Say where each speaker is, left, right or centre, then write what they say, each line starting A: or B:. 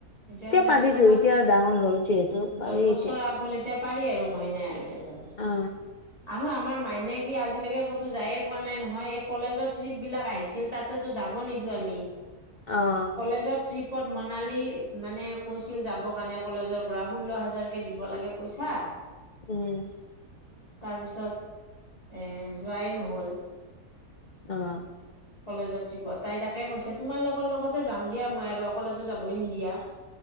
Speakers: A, on the left; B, on the left.
A: এতিয়া ওলাই
B: পাৰিতো
A: যাব পাৰোঁ
B: এতিয়া ডাঙৰ হ'ল যিহেতু পাৰি
A: দহ বছৰ
B: এতিয়া
A: আপ হ'ল এতিয়া পাৰি আৰু ভয় নাই আৰু এতিয়া যাব।
B: অ
A: আৰু আমাৰ মাই নাই কি আজিলৈকে ক'তো যায়ে পোৱা নাই নহয়, এই কলেজত ট্ৰিপ বিলাক আহিছিল তাত তো যাব নিদোও আমি।
B: অ'।
A: কলেজত ট্ৰিপত মনালী মানে কৈছিল যাবৰ কাৰণে, কলেজৰ পৰা ষোল্ল হাজাৰকে দিব লাগে পইচা।
B: উম।
A: তাৰ পিছত এ যোৱাই নহ'ল।
B: অ'।
A: কলেজৰ ট্ৰিপত তাই তাকে কৈছে তোমাৰ লগৰ লগতে যাম দিয়া মই আৰু অকলেতো যাবই নিদিয়া।